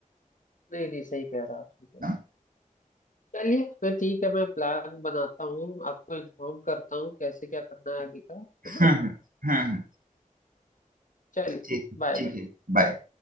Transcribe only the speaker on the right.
ना
हम्म हम्म हम्म,
ठीक
ठीक
है बाय